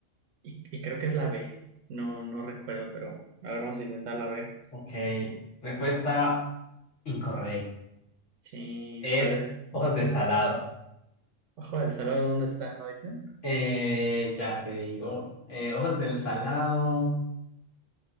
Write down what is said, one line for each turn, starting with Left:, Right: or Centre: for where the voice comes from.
Right: Y, y creo que es la B. No, no recuerdo, pero a ver, vamos a intentar la B.
Left: Ok, respuesta. Incorrecto.
Right: Sí,
Left: Es
Right: ¿cuál era?
Left: hojas del salado.
Right: Ojo del Salvador, ¿dónde está? ¿No dice?
Left: Eh, ya te digo. eh, hojas del salado.